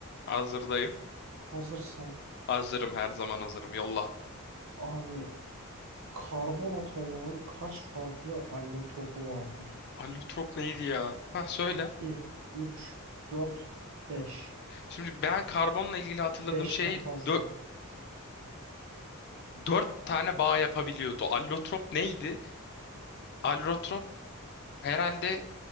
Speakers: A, on the left; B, on the right.
A: Hazırdayım.
B: hazırsan
A: Hazırım her zaman hazırım. Yolla.
B: abi Karbon atomunun kaç farklı allotropu vardır?
A: Allotrop neydi ya? Ha söyle.
B: 2, 3, 4, 5,
A: Şimdi ben karbonla ilgili hatırladığım
B: beşten
A: şey
B: fazla.
A: dö- dört tane bağ yapabiliyordu. Allotrop neydi? Allotrop herhalde